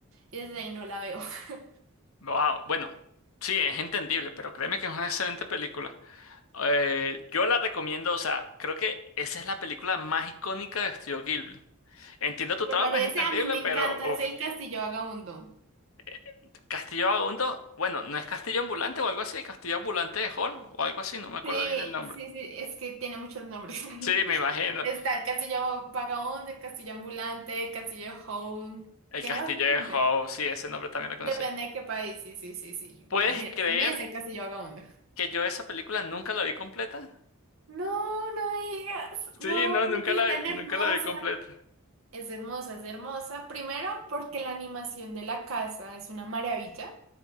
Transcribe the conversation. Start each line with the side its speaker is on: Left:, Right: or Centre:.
Right: y desde ahí no la veo. <laughs>
Left: Wow. Bueno, sí, es entendible, pero créeme que es una excelente película. Eh, yo la recomiendo, o sea, creo que esa es la película más icónica de Estudio Ghibli. Entiendo tu
Right: ¿Te
Left: trauma,
Right: parece?
Left: es entendible,
Right: A mí me
Left: pero
Right: encanta, es
Left: uf.
Right: el Castillo Vagabundo.
Left: eh, Castillo Vagabundo, bueno, ¿no es Castillo Ambulante o algo así? ¿El Castillo Ambulante de Hall o algo así? No me acuerdo
Right: Sí,
Left: bien el nombre.
Right: sí, sí, es que tiene muchos nombres. <laughs>
Left: Sí, me imagino.
Right: Está el castillo vagabundo, el castillo ambulante, el castillo home.
Left: El
Right: Tiene
Left: Castillo
Right: varios
Left: de
Right: nombres.
Left: Hall, sí, ese nombre también lo conocí.
Right: Depende de qué país. Sí, sí, sí, sí.
Left: ¿Puedes
Right: Ah, Mira,
Left: creer?
Right: a mí es el castillo vagabundo.
Left: Que yo esa película nunca la vi completa.
Right: No, no digas.
Left: Sí,
Right: No,
Left: no,
Right: pero
Left: nunca
Right: sí
Left: la,
Right: es tan
Left: vi-
Right: hermosa.
Left: nunca la vi completa.
Right: Es hermosa, es hermosa. Primero, porque la animación de la casa es una maravilla.